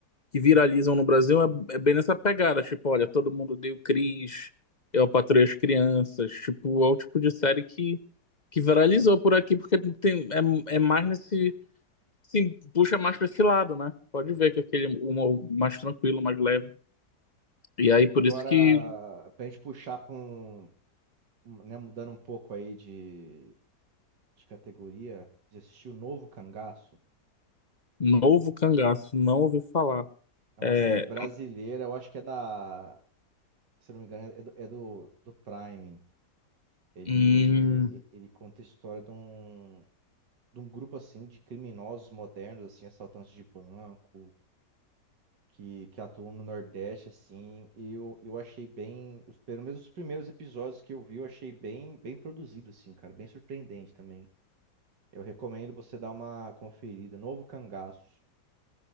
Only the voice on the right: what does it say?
Agora,
pra gente puxar pra um, um, né, mudando um pouco aí de, de categoria, de assistir o novo Cangaço.
É uma
série brasileira, eu acho que é da, se eu não me engano, é do, é do, do Prime. Ele,
ele conta a história de um, de um grupo, assim, de criminosos modernos, assim, assaltantes de banco que, que atuam no Nordeste, assim, e eu, eu achei bem, os, pelo menos os primeiros episódios que eu vi, eu achei bem, bem produzido, assim, cara, bem surpreendente também. Eu recomendo você dar uma conferida, Novo Cangaço.